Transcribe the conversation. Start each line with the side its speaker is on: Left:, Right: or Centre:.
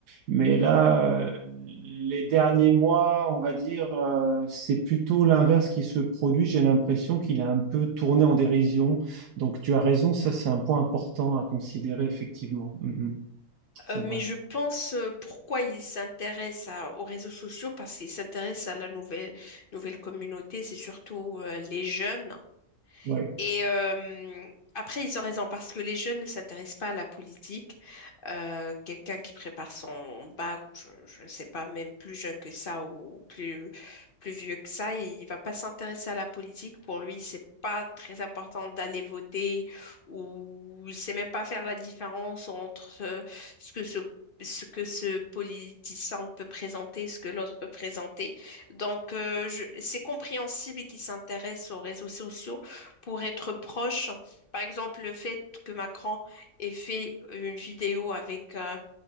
Right: Mais là, euh, les derniers mois, on va dire, euh, c'est plutôt l'inverse qui se produit. J'ai l'impression qu'il est un peu tourné en dérision. Donc tu as raison, ça c'est un point important à considérer, effectivement. Mm, mm, c'est
Left: Euh,
Right: vrai.
Left: mais je pense euh, pourquoi ils s'intéressent à- aux réseaux sociaux, parce qu'ils s'intéressent à la nouvelle, nouvelle communauté, c'est surtout euh, les jeunes.
Right: Ouais.
Left: Et euh, après, ils ont raison parce que les jeunes ne s'intéressent pas à la politique. Euh, quelqu'un qui prépare son bac, ou je je ne sais pas, même plus jeune que ça ou plus, plus vieux que ça, il ne va pas s'intéresser à la politique. Pour lui, c'est pas très important d'aller voter ou il sait même pas faire la différence entre ce, ce que ce ce que ce politicien peut présenter, ce que l'autre peut présenter. Donc, euh, je- c'est compréhensible qu'il s'intéresse aux réseaux sociaux pour être proche. Par exemple, le fait que Macron ait fait euh, une vidéo avec euh,